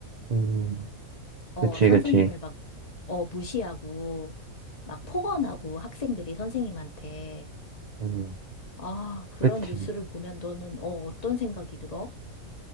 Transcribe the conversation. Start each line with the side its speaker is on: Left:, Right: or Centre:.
Right: 음,
Left: 어,
Right: 그치,
Left: 선생님을
Right: 그치.
Left: 막, 어, 무시하고, 막 폭언하고 학생들이 선생님한테.
Right: 음,
Left: 아, 그런
Right: 그치.
Left: 뉴스를 보면 너는, 어, 어떤 생각이 들어?